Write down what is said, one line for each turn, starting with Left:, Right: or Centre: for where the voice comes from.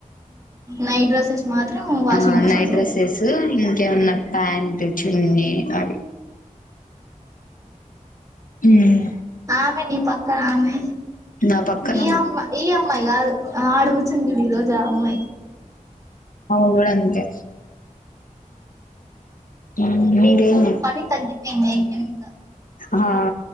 Right: నైట్ డ్రెస్సెస్ మాత్రం వాషింగ్
Left: ఆ
Right: మిషన్
Left: నైట్ డ్రెస్సెస్ ఏవన్న ప్యాంట్ చున్నీ అవి ఉమ్
Right: ఆమె నీ పక్కన ఆమె
Left: నా పక్కన
Right: ఇ అమ్మా ఇ అమ్మాయి గదు ఆడగుచ్చింది చూడు ఈ రోజు ఆ అమ్మాయి
Left: ఆ పాప కూడా అంతే మ్ మీరు ఏం
Right: సగం పని తగ్గిపోయింది అయితే ఇంకా
Left: హా